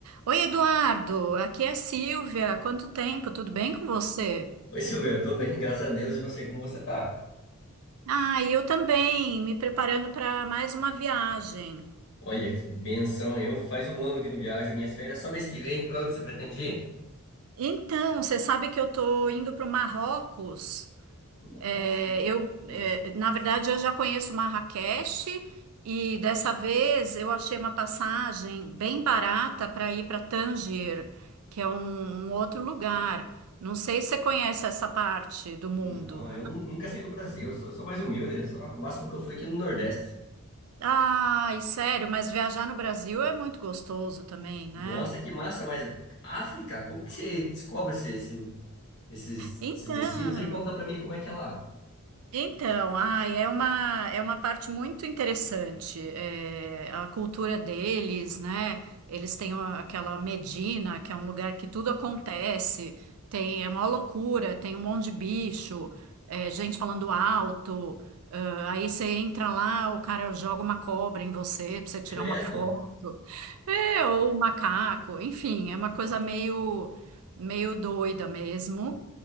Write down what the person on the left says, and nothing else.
Oi, Silvio, eu tô bem, graças a Deus. E você, como você tá?
Olha, que benção. Eu faz um ano que não viajo, minhas férias só mês que vem. Pra onde você pretende ir?
Nossa,
Marrocos.
Não, eu nu- nunca saí do Brasil, eu sou, eu sou mais humilde. eu Só, o máximo que eu fui aqui no Nordeste.
Nossa, que massa, mas África, como que você descobre esse- esse- esses,
esses destinos? E conta pra mim como é que é lá.
Credo.